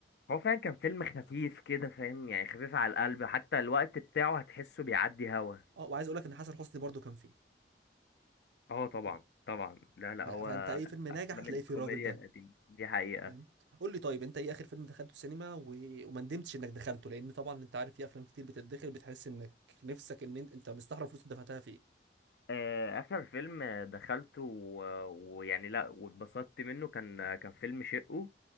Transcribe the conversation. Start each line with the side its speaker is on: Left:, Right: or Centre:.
Left: هو فعلا كان فيلم خفيف كده فاهم يعني خفيف على القلب حتى الوقت بتاعه هتحسه بيعدي هوا
Right: اه وعايز اقول لك ان حسن حسني برضو كان فيه
Left: اه طبعا طبعا لا لا
Right: ف- فانت
Left: هو
Right: اي فيلم ناجح
Left: افلام
Right: هتلاقي
Left: الكوميديا
Right: فيه الراجل ده
Left: القديمة دي حقيقة
Right: فاهم قول لي طيب انت ايه اخر فيلم دخلته السينما و... وما ندمتش انك دخلته لان طبعا انت عارف في افلام كتير بتتدخل بتحس انك نفسك ان انت, انت مستحرم فلوس اللي دفعتها فيه
Left: آه، اخر فيلم دخلته و- ويعني لا واتبسطت منه كان كان فيلم شقه